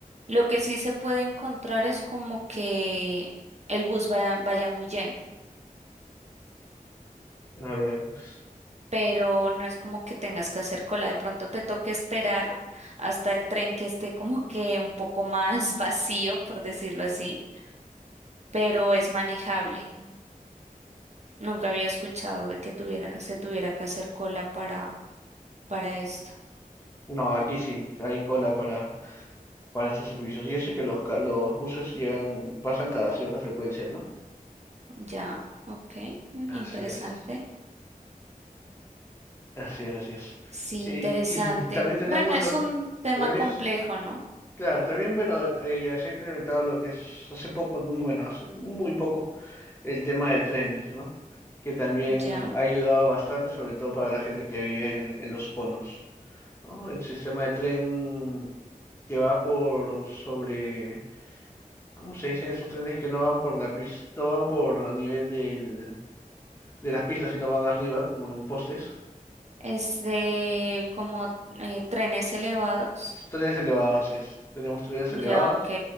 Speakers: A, on the right (about 50°); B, on the left (about 15°).
A: Lo que sí se puede encontrar es como que el bus va- vaya muy lleno.
B: A ver, pues.
A: pero no es como que tengas que hacer cola. De pronto te toque esperar hasta el tren que esté como que un poco más <laughs> vacío, por decirlo así, pero es manejable. Nunca había escuchado de que tuviera, se tuviera que hacer cola para, para esto.
B: No, aquí sí, hay cola para, para estos servicios. Y eso que los, ca- los buses llegan, pasan cada cierta frecuencia, ¿no?
A: Ya, ok, mm,
B: Así
A: interesante.
B: es. Así es, así es.
A: Sí,
B: Y,
A: interesante.
B: y también tenemos
A: Bueno, es
B: lo,
A: un tema
B: también
A: complejo,
B: es-
A: ¿no?
B: claro, también, bueno, eh, eh, se ha implementado lo que es hace poco, bueno, hace muy poco, el tema de trenes, ¿no? Que también
A: Ya.
B: ha ayudado bastante, sobre todo para la gente que vive en, en los conos, ¿no? El sistema de tren que va por sobre, ¿cómo se dicen esos trenes que no van por la pista, no van por a nivel del, de las pistas, sino van arriba, como en postes?
A: Es de como eh, trenes elevados.
B: Tres elevados, así es. Tenemos tres
A: Ya,
B: elevados,
A: ok,